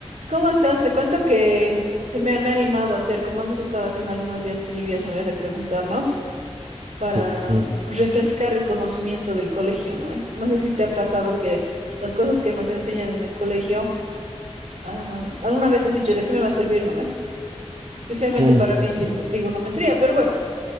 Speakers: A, on the right; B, on the right.
A: ¿Cómo estás? Te cuento que se me, ha me ha animado a hacer, como hemos estado haciendo algunos días trivias, ¿no? eh? De preguntarnos para
B: Sí, sí,
A: refrescar el conocimiento del colegio, ¿no? eh? No sé si te ha pasado que las cosas que nos enseñan en el colegio, ah, alguna vez has dicho, ¿de qué me va a servir, ¿no? eh? Especialmente
B: sí.
A: para mí trim- trigonometría, pero bueno,